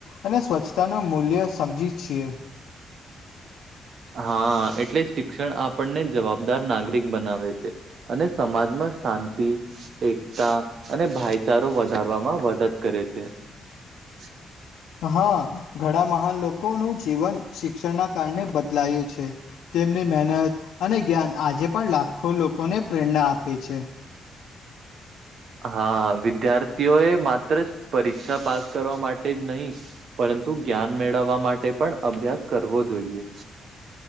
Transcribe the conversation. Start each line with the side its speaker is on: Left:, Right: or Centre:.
Left: અને સ્વચ્છતા ન મૂલ્ય સમજી છીએ
Right: હા એટલે શિક્ષણ આપણને જવાબદાર નાગરિક બનાવે છે અને સમાજમાં શાંતિ એકતા અને ભાઈચારો વધારવામાં મદદ કરે છે <inaudible>
Left: હા ઘણા મહાન લોકો નું જીવન શિક્ષણ ના કારણે બદલાયું છે તેમની મહેનત અને જ્ઞાન આજે પણ લાખો લોકોને પ્રેરણા આપે છે.
Right: હા વિદ્યાર્થીઓ એ માત્ર પરીક્ષા પાસ કરવા માટે જ નહીિ પરંતુ જ્ઞાન મેળવવા માટે પણ અભ્યાસ કરવો જોઈએ